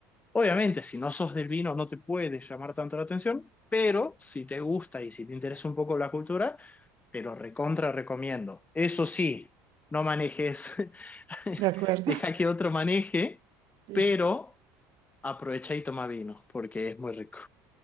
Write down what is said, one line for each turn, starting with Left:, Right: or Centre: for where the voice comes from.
Left: Obviamente, si no sos del vino, no te puede llamar tanto la atención, pero si te gusta y si te interesa un poco la cultura, pero recontra recomiendo. Eso sí, no manejes, <laughs>
Right: De acuerdo.
Left: deja que otro maneje,
Right: <laughs>
Left: pero
Right: Sí.
Left: aprovecha y toma vino, porque es muy rico.